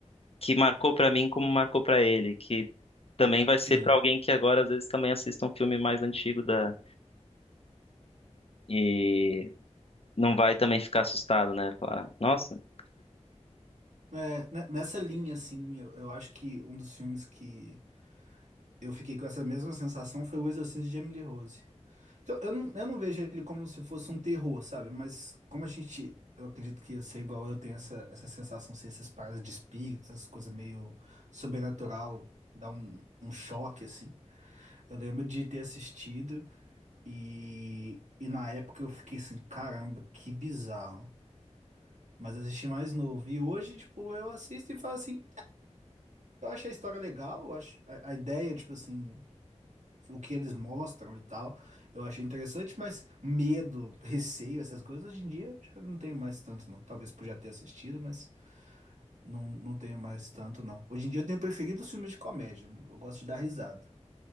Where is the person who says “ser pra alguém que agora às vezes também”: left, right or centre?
Left